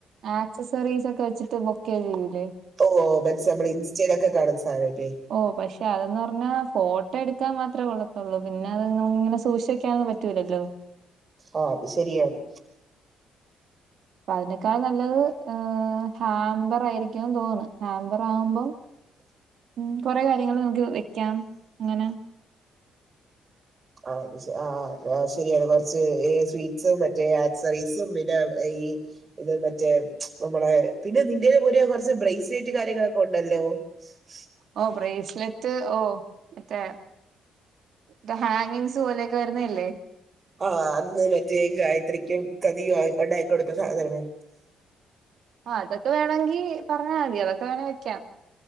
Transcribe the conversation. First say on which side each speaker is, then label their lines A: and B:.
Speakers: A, on the right; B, on the right.
A: ആക്സസറീസ് ഒക്കെ വെച്ചിട്ട് ബൊക്കെ ചെയ്യൂ ലേ
B: ഓഹ് മൻസ്സിമ്മൾ ഇൻസ്റ്റൽ ഒക്കെ കാണുന്ന സാനല്ലേ
A: ഓഹ് പക്ഷെ അതെന്ന് പറഞ്ഞാ ഫോട്ടോ എടുക്കാൻ മാത്രേ കൊള്ളത്തുള്ളൂ പിന്നെ അത് നമങ്ങനെ സൂക്ഷ ക്യാനൊന്നും പറ്റൂല്ലല്ലോ
B: ആഹ് അത് ശരിയാണ്
A: അപ്പ അതിനേക്കാൾ നല്ലത് ഏഹ് ഹാംമ്പറായിരിക്കുംന്ന് തോന്നുന്നു ഹാമ്പർ ആകുമ്പം
B: <inaudible>
A: ഉ കൊറെ കാര്യങ്ങൾ നമുക്ക് വെക്കാം അങ്ങനെ
B: ആഹ് അത് ആഹ് ആഹ് ശരിയാണ് കുറച്ച് സ്വീറ്റ്സും മറ്റേ ആക്സറീസും പിന്നെ ഈ ഇത് മറ്റേ നമ്മളെ പിന്നെ ഇന്ത്യെ പോലെ കുറച്ച് ബ്രൈസിലേറ്റ് കാര്യങ്ങളൊക്കെ ഉണ്ടല്ലോ <unintelligible>
A: ഓ ബ്രേസ്ലറ്റ് ഓ മറ്റേ ത ഹാങ്ങിങ്സ് പോലെയൊക്കെ വരുന്നല്ലേ
B: ആഹ് അന്ന് മറ്റേ ഗായത്രിക്കും കഥിയും ആ ഉണ്ടായിക്ക കൊടുക്കുന്ന സാധണ
A: ആഹ് അതൊക്കെ വേണമെങ്കിൽ പറഞ്ഞാ മതി അതൊെ വേണമെങ്കിൽ വെക്കാം